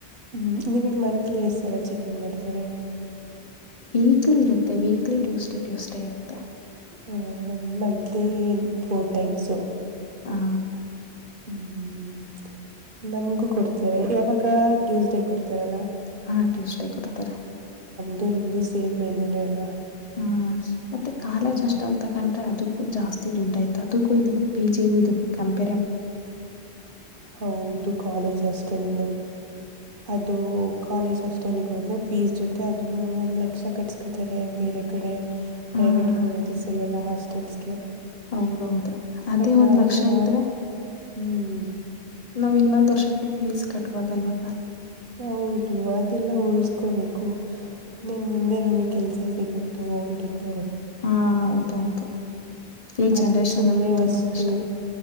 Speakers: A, on the right; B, on the left.
A: ಹ್ಮ ನಿಮಗ್ ಮಂತ್ಲಿ ಎಷ್ಟ ಸಲ ಚಿಕನ್ ಮಾಡ್ತಾರೆ
B: ವೀಕ್ಲಿ ಇರುತ್ತೆ ವೀಕ್ಲಿ ಟ್ಯೂಸ್ಡೇ ಟ್ಯೂಸ್ಡೇ ಇರುತ್ತೆ
A: ಒ ಮಂತ್ಲಿ ಫೋರ್ ಟೈಮ್ಸು
B: ಹಾ
A: ಹ್ಮ್್ಮ ನಮ್ಗೂ ಕೊಡ್ತಾರೆ ಯಾವಾಗ ಟ್ಯೂಸ್ಡೇ ಕೊಡ್ತಾರಲ್ಲಾ
B: ಹಾ ಟ್ಯೂಸ್ಡೇ ಕೊಡ್ತಾರೆ
A: ಇದು ನಿಮ್ದು ಸೇಮ್ ಮೆನುಯೂನೇ ಅಲ್ವಾ
B: ಹ್ಮ್ ಮತ್ತೆ ಕಾಲೇಜ್
A: ಹ್ಮ್
B: ಅಷ್ಟ ಅಲ್ ತಕೊಂಡ್ರೆ ಅದಕ್ಕೂ ಜಾಸ್ತಿ ದುಡ್ಡು ಆಯ್ತು ಅದಕ್ಕೂ ಇದಕ್ಕೂ ಪೀ <unintelligible>
A: ಹೌದು ಕಾಲೇಜ್ ಅಸ್ಟೆಲ್ ಅದು ಕಾಲೇಜ್ ಹಸ್ಟೆಲ್ಲಿಗೆ ಹೋದ್ರೆ ಫೀಸ್ ಜೊತೆ ಅದನ್ನು ಒಂದ್ ಲಕ್ಷ ಕಟ್ಸ್ಕತಾರೆ ಬೇರೆ ಕಡೆ
B: ಹ್ಮ್
A: ಪ್ರೈವೇಟ್ ಕಾಲೇಜಸ್ ಎಲ್ಲೆಲ್ಲಾ ಹಾಸ್ಟೆಲ್ಸ್ಗೆ
B: ಹೌದೌದು ಅದೇ
A: ಬಟ್ ನಾವ್
B: ಒಂದ್ ಲಕ್ಷ
A: ಈ ತರ
B: ಇದ್ರೆ
A: ಹ್ಮ್
B: ನಾವ್ ಇನ್ನೊಂದ್ ವರ್ಷಕ್ಕೆ ಫೀಸ್ ಕಟ್ಬಹದು ಅಲ್ವಾ
A: ಹೌದು ಅದೆಲ್ಲ ಉಳ್ಸ್ಕೋಬೇಕು ನ್ನನ್ ಮುಂದೆ ನಮಗ್ ಕೆಲ್ಸ ಸಿಗುತ್ತೋ ಬಿಡುತ್ತೋ
B: ಹಾ ಹೌದೌದು ಈ
A: ಅದ
B: ಜನರೇಶನ್
A: ಸುಮ್ನೆ
B: ಅಲ್ಲಿ
A: ವಷ್ಟು
B: ತುಂಬಾ ಕಷ್ಟ.